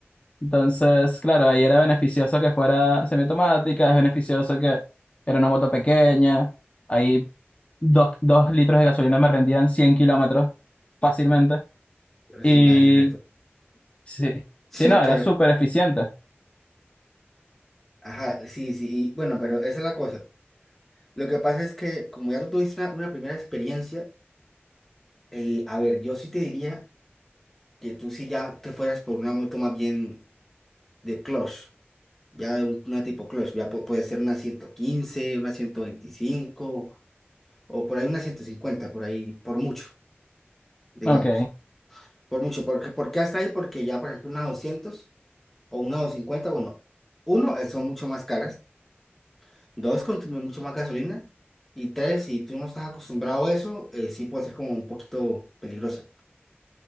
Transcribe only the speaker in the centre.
Pero
se imagina
<laughs> Sí,
que,
ajá, sí, sí, y bueno, pero esa es la cosa. Lo que pasa es que como ya tú tuviste una, una primera experiencia, eh, a ver, yo sí te diría que tú sí ya te fueras por una moto más bien de clutch, ya de un- una tipo clutch, ya pu- puede ser una 115 una 125 o por ahí una 150 por ahí, por mucho, digamos,
por mucho, porque, ¿por qué hasta ahí? Porque ya, por ejemplo, una 200 o una 250, bueno, uno, eh, son mucho más caras. Dos, consume mucho más gasolina. Y tres, si tú no estás acostumbrado a eso, eh, sí puede ser como un poquito peligrosa.